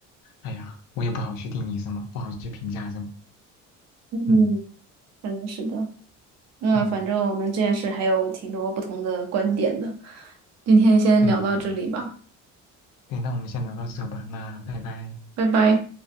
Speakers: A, on the left; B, on the right.
A: 哎呀，我也不好去定义什么，不好去评价什么。
B: 嗯，
A: 嗯
B: 真的是的。那反正我们这件事还有挺多不同的观点的，
A: 嗯，
B: 今天先聊到这里吧，
A: 对的对的。对，那我们先聊到这吧，那拜拜。
B: 拜拜。